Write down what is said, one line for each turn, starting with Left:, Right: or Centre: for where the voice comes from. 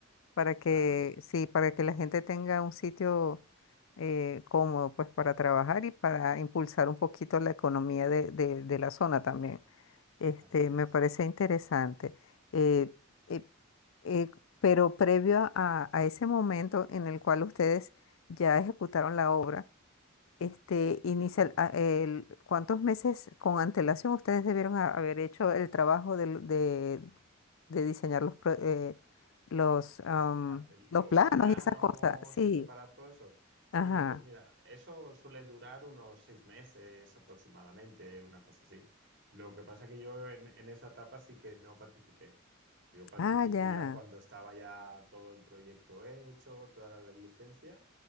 Left: Para que,
Right: Claro,
Left: sí, para que la gente tenga un sitio eh, cómodo, pues, para trabajar y para impulsar un poquito la economía de, de de la zona también. Este,
Right: así es.
Left: me parece interesante. Eh, eh, eh, pero previo a, a- a ese momento en el cual ustedes ya ejecutaron la obra, este, inicia
Right: Sí.
Left: a- el- ¿cuántos meses con antelación ustedes debieron ha- haber hecho el trabajo del- de, de diseñar los, pro- eh, los, am,
Right: Dice, ah, el-
Left: los
Right: los
Left: planos
Right: planos
Left: y esas cosas? Sí,
Right: y preparar todo eso. Sí,
Left: ajá.
Right: pues mira, eso suele durar unos seis meses aproximadamente, una cosa así. Lo que pasa que yo en, en esa etapa sí que no participé. Yo participé
Left: Ah, ya,
Right: ya cuando estaba ya todo el proyecto hecho, toda la licencia,